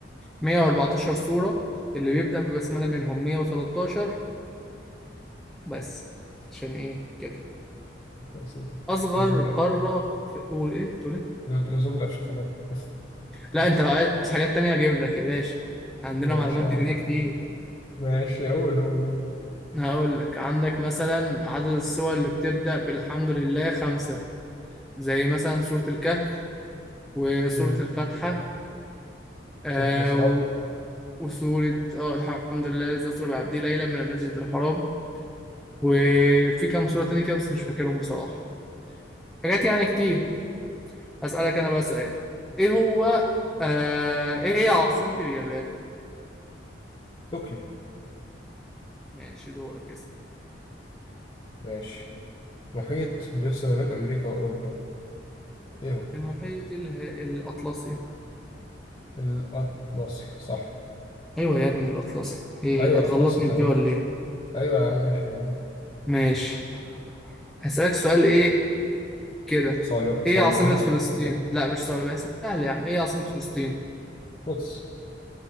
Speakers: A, in the centre; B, on the left.
A: 114 سورة اللي بيبدأ ببسملة منهم 113 بس عشان إيه كده
B: يا سيدي
A: أصغر
B: لزوم
A: قارة
B: الأ-
A: في قول إيه تقول إيه
B: لزوم الأفشخانات <laughs>
A: لا انت لو عايز حاجات تانية اجيب لك يا باشا عندنا
B: ماشي
A: معلومات
B: يا
A: دينية
B: عم
A: كتير
B: ماشي قول قول قول.
A: هقول لك عندك مثلا عدد السور اللي بتبدأ بالحمد لله خمسة زي مثلا سورة الكهف وسورة
B: مم.
A: الفاتحة آه
B: سورة الإسراء
A: و- وسورة اه الحمد لله الذي أسرى بعبده ليلا من المسجد الحرام وفي كام سورة تانية كده بس مش فاكرهم بصراحة حاجات يعني كتير أسألك أنا بقى سؤال إيه هو آه إيه هي عاصمة اليابان؟
B: طوكيو
A: ماشي دورك اسأل
B: ماشي محيط بيفصل ما بين أمريكا وأوروبا إيه هو؟
A: المحيط اله- الأطلسي
B: الأطلسي صح
A: ايوه يا ابني الاطلسي ايه
B: أيوة
A: هتغلطني
B: الأطلسي تمام
A: في دي ولا ايه
B: أيوة يا عم ماشي تمام
A: ماشي هسألك سؤال ايه كده
B: صعلو- صعلوباني
A: ايه عاصمة فلسطين لا مش سؤال بس سهل يا عم ايه عاصمة فلسطين
B: بص